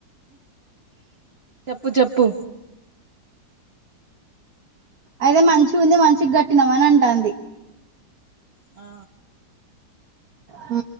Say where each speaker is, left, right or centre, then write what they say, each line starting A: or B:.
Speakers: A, on the right; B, on the right.
A: చెప్పు చెప్పు
B: అయితే మంచి ఉంది మంచి గట్టినవు అని అంటంది
A: ఆ
B: ఉ